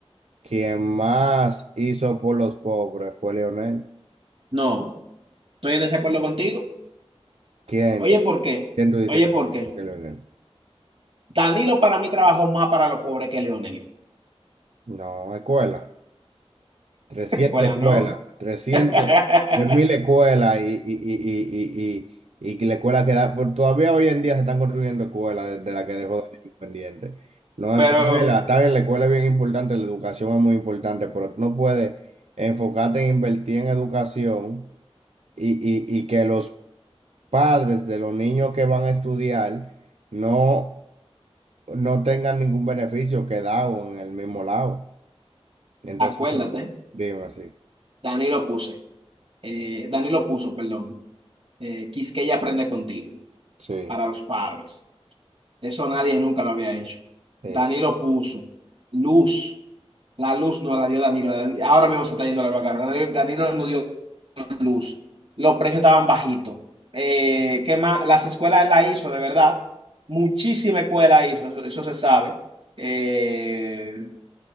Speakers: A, on the right; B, on the right.
A: quien más hizo por los pobres fue Lionel.
B: No, estoy en desacuerdo contigo.
A: ¿Quién?
B: Oye,
A: tú-
B: ¿por qué?
A: ¿Quién tú dices
B: Oye,
A: que
B: ¿por
A: hizo
B: qué?
A: más que Lionel?
B: Danilo para mí trabajó más para los pobres que Leonel.
A: No, escuela. trescientas
B: <laughs> Escuela,
A: escuelas,
B: ¿no? <laughs>
A: trescientas, tres mil escuelas y, y, y, y, y, y, y que la escuela queda, por, todavía hoy en día se están construyendo escuelas desde la que dejó Daniel pendiente. No,
B: Pero
A: escuela, está bien, la escuela es bien importante, la educación es muy importante, pero tú no puedes enfocarte en invertir en educación y, y, y que los padres de los niños que van a estudiar no, no tengan ningún beneficio quedado en el mismo lado. Entonces,
B: acuérdate,
A: eso Bueno, lo- dime así.
B: Danilo puse, eh, Danilo puso, perdón. Eh, Quisqueya aprende contigo,
A: Sí,
B: para los padres. Eso nadie nunca lo había hecho.
A: sí,
B: Danilo puso luz. La luz no la dio Danilo. Dan- Ahora mismo se está yendo la luz. acá. Danilo, Danilo no dio luz. Los precios estaban bajitos. Eh, ¿qué más? Las escuelas él la hizo, de verdad. Muchísima escuela hizo, eso, eso se sabe. Eh,